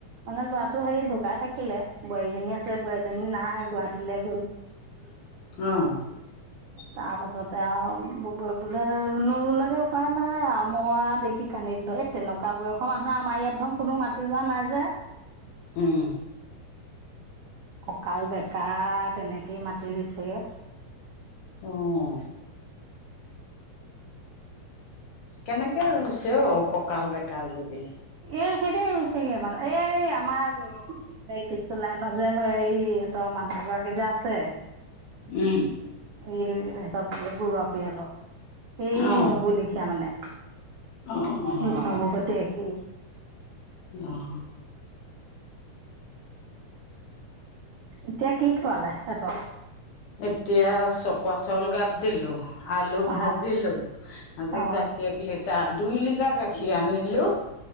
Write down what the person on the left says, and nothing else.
<unintelligible> অ'
উম।
অঁ। কেনেকে ৰুইছে অ কঁকাল বেকা যদি?
উম
অঁ
অঁ অঁ
অহ।
এতিয়া চকুৱা চাউল গাপ দিলো। আলু ভাজিলো।
আজি
গাখীৰ এক লিটাৰ, দুই লিটাৰ গাখীৰ আনিলো।